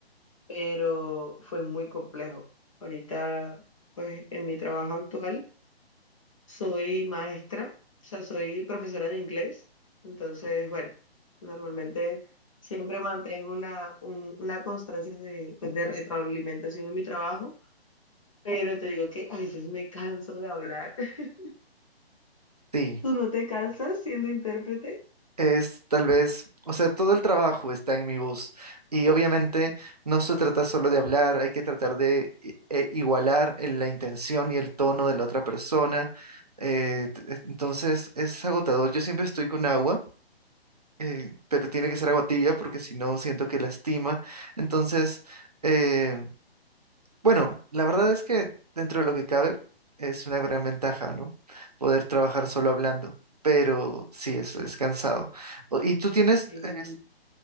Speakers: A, on the left; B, on the right.
A: pero fue muy complejo. Ahorita, pues en mi trabajo actual, soy maestra, o sea, soy profesora de inglés. Entonces, bueno, normalmente siempre mantengo una, un- una constancia de, pues, de retroalimentación en mi trabajo, pero te digo que a veces me canso de hablar. <laughs>
B: Sí.
A: ¿Tú no te cansas siendo intérprete?
B: Es tal vez, o sea, todo el trabajo está en mi voz y obviamente no se trata solo de hablar, hay que tratar de i- eh, igualar en la intención y el tono de la otra persona. eh, t- eh, entonces es agotador. Yo siempre estoy con agua, eh, pero tiene que ser agua tibia porque si no siento que lastima. Entonces, eh, bueno, la verdad es que dentro de lo que cabe es una gran ventaja, ¿no? Poder trabajar solo hablando, pero sí, es, es cansado. O- ¿Y tú tienes
A: Sí.
B: eh,